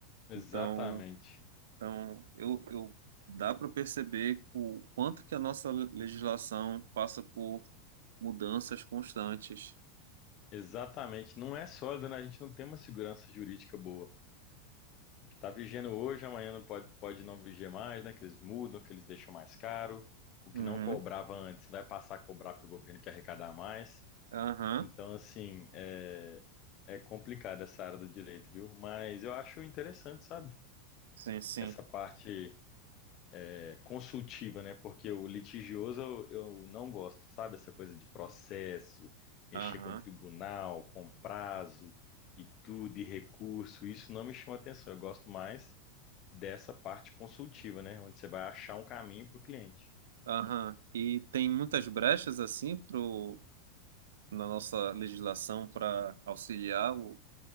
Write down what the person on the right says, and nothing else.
Então, então eu, eu dá para perceber o quanto que a nossa legislação passa por mudanças constantes.
Uhum.
Aham,
Sim, sim.
Aham.
Aham. E tem muitas brechas assim pro, na nossa legislação para auxiliar o,